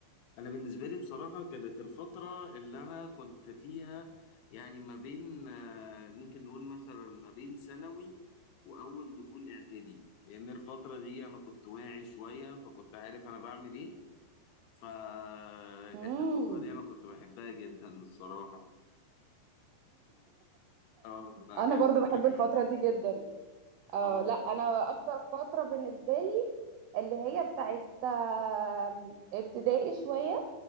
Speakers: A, on the left; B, on the right.
A: انا بالنسبه لي بصراحه كانت الفتره اللي انا كنت فيها يعني ما بين آه، ممكن نقول مثلا ما بين ثانوي واول دخول اعدادي لان الفتره دي انا كنت واعي شويه فكنت عارف انا بعمل ايه فكانت
B: امم
A: الفترة دي أنا كنت بحبها جدا الصراحة اه لا
B: انا
A: كانت
B: برضو بحب
A: فترة جميلة
B: الفترة دي جدا اه
A: اه
B: لا انا اكتر فترة بالنسبة لي اللي هي بتاعت آم، ابتدائي شوية